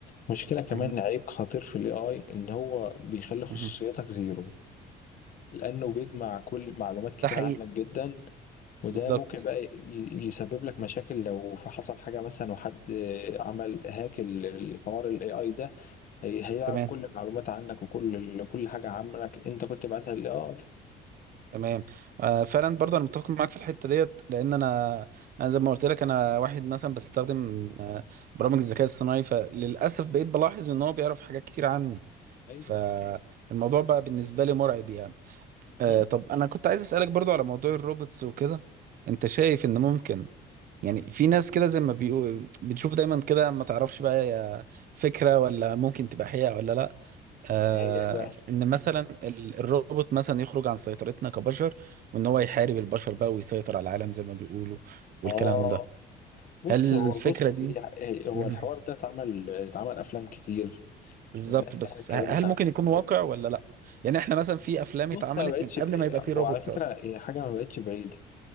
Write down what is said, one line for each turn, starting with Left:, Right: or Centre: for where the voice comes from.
Left: مشكله كمان
Right: مهم.
Left: عيب خطير في الاي اي ان هو بيخلي خصوصيتك
Right: مهم.
Left: زيرو لأنه بيجمع كل معلومات كتير
Right: ده حقيقي
Left: عنك جدا وده
Right: بالظبط
Left: ممكن بقى ي- يسبب لك مشاكل لو في حصل حاجة مثلا وحد عمل هاك ال- الحوار ال AI ده هي- هيعرف
Right: تمام
Left: كل المعلومات عنك وكل كل حاجة عنك أنت كنت بعتها لل AI
Right: تمام آه فعلا برضه انا متفق معاك في الحته ديت لان انا انا زي ما قلت لك انا واحد مثلا بستخدم آه برامج الذكاء الصناعي فللاسف بقيت بلاحظ ان هو بيعرف حاجات كتير عني
Left: أيوه
Right: فالموضوع بقى بالنسبه لي مرعب يعني
Left: مم.
Right: آه طب انا كنت عايز اسالك برضه على موضوع الروبوتس وكده انت شايف ان ممكن يعني في ناس كده زي ما بيقول بتشوف دايما كده ما تعرفش بقى هي فكره ولا ممكن تبقى حقيقه ولا لا آه
Left: هي إيه بقى
Right: ان مثلا ال- الروبوت مثلا يخرج عن سيطرتنا كبشر وان هو يحارب البشر بقى ويسيطر على العالم زي ما بيقولوا والكلام
Left: آه
Right: ده
Left: بص
Right: هل
Left: هو
Right: الفكرة
Left: بص
Right: دي
Left: يع- إيه، هو
Right: مهم.
Left: الحوار ده اتعمل اتعمل أفلام كتير
Right: بالظبط
Left: والناس
Right: بس
Left: يعني اتكلمت
Right: ه- هل
Left: عنه
Right: ممكن يكون
Left: كتير
Right: واقع ولا لا يعني احنا مثلا في افلام اتعملت
Left: بص أنا ما بقتش
Right: من قبل ما يبقى في
Left: وعلى
Right: روبوتس
Left: فكرة
Right: اصلا
Left: هي حاجة ما بقتش بعيدة